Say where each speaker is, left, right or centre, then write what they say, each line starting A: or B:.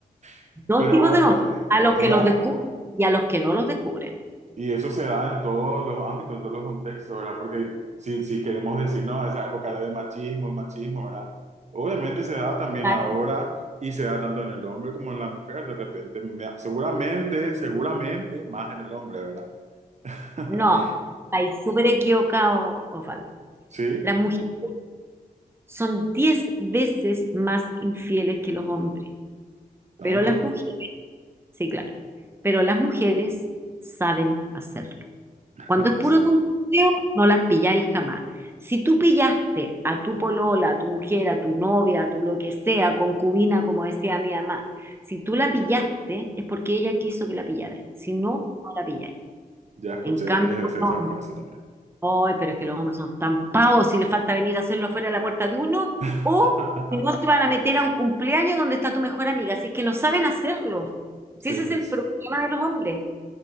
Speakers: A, on the right (about 50°); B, on the right (about 15°).
A: <laughs>
B: Dos
A: Pero
B: tipos
A: bueno,
B: de hombres,
A: eh,
B: a los
A: era,
B: que los descubren y a los que no los descubren.
A: y eso se da en todos los ámbitos, en todos los contextos, ¿verdad? Porque si, si queremos decir, no, esa época era de machismo, el machismo, ¿verdad? Obviamente se da también
B: Claro,
A: ahora y se da tanto en el hombre como en la mujer, de repente, Me- seguramente, seguramente más en el hombre, ¿verdad? <laughs>
B: no, estáis súper equivocado, Osvaldo.
A: Sí,
B: Las mujeres son 10 veces más infieles que los hombres,
A: tanto.
B: pero las mujeres, sí, claro, pero las mujeres saben hacerlo.
A: <laughs>
B: Cuando es puro
A: Sí.
B: tonteo, no las pilláis jamás. Si tú pillaste a tu polola, a tu mujer, a tu novia, a tu lo que sea, concubina, como decía mi mamá, si tú la pillaste, es porque ella quiso que la pillarais. Si no, no la pilláis.
A: Ya escuché
B: En cambio,
A: varias veces
B: los
A: esa
B: hombres,
A: frase también.
B: "Ay, pero es que los hombres son tan pavos, si les falta venir a hacerlo fuera de la puerta de uno,
A: <laughs>
B: o si no se van a meter a un cumpleaños donde está tu mejor amiga, si es que no saben hacerlo.
A: Sí,
B: Si ese es el
A: sí,
B: problema de los hombres,